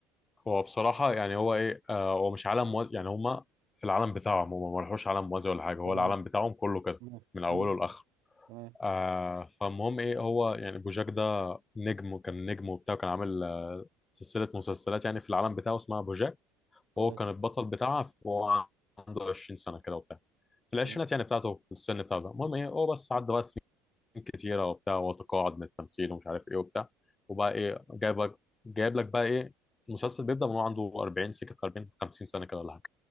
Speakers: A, on the left; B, on the right.
A: هو بصراحه يعني هو ايه آه هو مش عالم موازي يعني هم في العالم بتاعهم هم ما راحوش عالم موازي ولا حاجه هو
B: تمام
A: العالم بتاعهم كله كده
B: تمام تمام
A: من اوله
B: مم،
A: لاخره
B: تمام
A: آه فالمهم ايه هو يعني بوجاك ده نجم وكان نجم وبتاع وكان عامل آه، سلسلة مسلسلات يعني في العالم بتاعه اسمها بوجاك
B: كويس
A: وهو كان البطل بتاعها وهو عنده 20 سنة كده وبتاع في العشرينات
B: تمام
A: يعني بتاعته في السن بتاعه ده المهم ايه هو بس عدى بقى سنين كتيرة وبتاع وتقاعد من التمثيل ومش عارف ايه وبتاع وبقى ايه جايب لك جايب لك بقى ايه المسلسل بيبدأ من هو عنده 40 سكة 40 50 سنة كده ولا حاجة